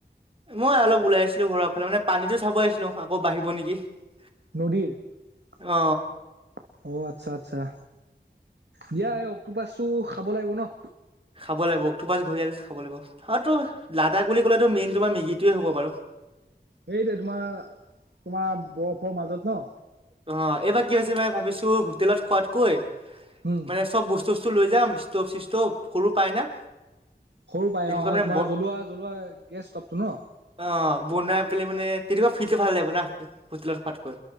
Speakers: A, on the right; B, on the right.
A: মই অলপ ওলাই আছিলো ঘৰৰ ফালে মানে পানীতো চাব আহিছিলো আকৌ বাঢ়িব নেকি <unintelligible>
B: নদীৰ <inaudible>
A: অ
B: অ আচ্ছা-আচ্ছা দিয়া অক্টোপাচটো খাব লাগিব ন।
A: খাব লাগিব অক্টোপাছ ঘূৰি খাব লাগিব আৰু তো লাডাখ বুলি কলেতো মেইন তোমাৰ মেগীটোৱেইয হ'ব বাৰু। <unintelligible>
B: সেইটোৱেই তোমাৰ-তোমাৰ বৰফৰ মাজত ন?
A: অ এইবাৰ কি হৈছে মানে ভাবিছো হোটেলত খোৱাতকৈ
B: উম
A: মানে চব বস্তু <unintelligible> লৈ যাম ষ্টভ চিস্তভ সৰু পাই না।
B: সৰু পাই
A: তেনেকুৱা
B: অ
A: মানে
B: এই তোমাৰ
A: ব
B: জ্বলোৱা- জ্বলোৱা গেছ ষ্টভটো ন।
A: অ বনাই পেলাই মানে তেনেকুৱা ফিল্টো ভাল লাগিব না হোটেলত খোৱাতকৈ।